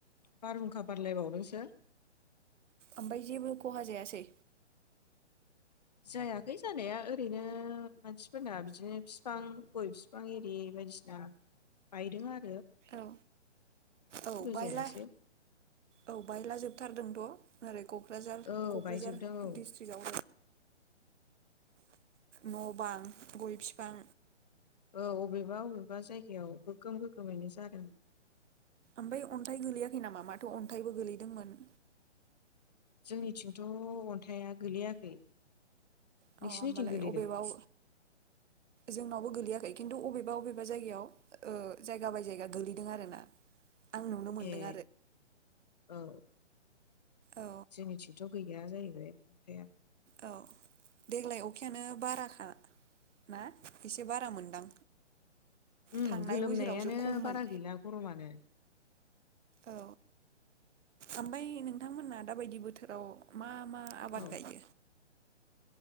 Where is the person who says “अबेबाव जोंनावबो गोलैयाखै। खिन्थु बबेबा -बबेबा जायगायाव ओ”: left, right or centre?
Right